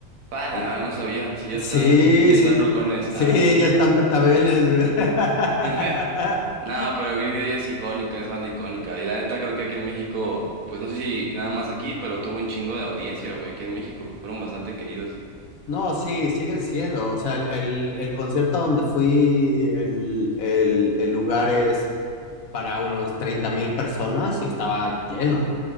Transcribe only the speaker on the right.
Pala,
no sabía, si ya están,
estos ya
están rocones,
ah.
<laughs> No, pero Green Day es icónica, es banda icónica. Y la neta creo que aquí en México, pues no sé si nada más aquí, pero tuvo un chingo de audiencia, güey, aquí en México. Fueron bastante queridos.